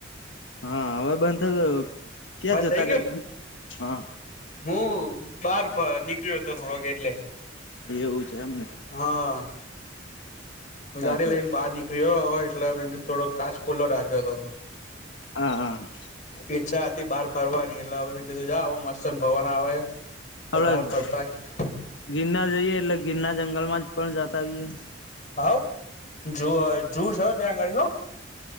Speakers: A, on the left (about 75°); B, on the left (about 40°).
A: હા હવે બંધ થઈ ગયો. ક્યાં
B: બંધ
A: જતા
B: થઇ ગયો
A: રહ્યા
B: ને
A: તમે હા
B: હું બાર નીકળ્યો હતો થોડો ક એટલે
A: એવું છે એમને
B: હા
A: સાચી
B: ગાડી લઈને
A: વાત
B: બહાર નીકળીયો હવે એટલે મે થોડો કાચ ખુલ્લો રાખ્યો હતો
A: હ હા.
B: ઈચ્છા હતી બહાર ફરવાની એટલે હ કીધું જા મસ્ત ને ભવન આવે છે તો
A: આપડે
B: બહાર ફરતા -
A: ગિરનાર જઈએ એટલે ગિરનાર જંગલમાં જ પણ જતા આવીએ-
B: હવ જો જો છે, ત્યાં ગાડીઓ-